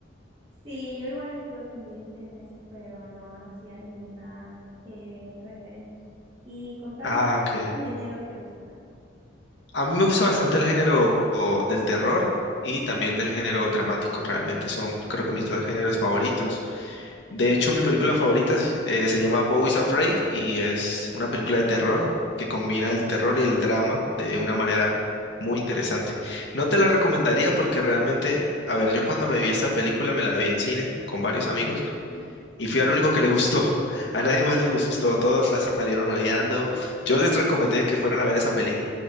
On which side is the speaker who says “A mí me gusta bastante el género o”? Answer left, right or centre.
Left